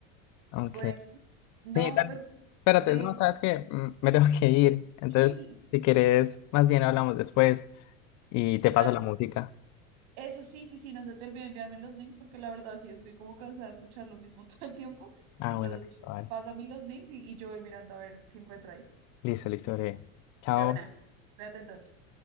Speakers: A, on the left (about 45°); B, on the right (about 65°).
A: aunque...
B: Bueno, no,
A: Sí, dale.
B: pues.
A: Espérate,
B: eh,
A: no, sabes que me <laughs> tengo que ir. Entonces,
B: ay,
A: si quieres, más bien hablamos después y te paso
B: dale.
A: la música.
B: Eso sí, sí, sí, no se te olvide enviarme los links porque la verdad sí estoy como cansada de escuchar lo mismo <laughs> todo el tiempo.
A: Ah,
B: Entonces,
A: bueno, listo, vale.
B: pásame los links y, y yo voy mirando a ver qué encuentro ahí.
A: Listo, listo, breve. Chao.
B: De una. Cuídate entonces.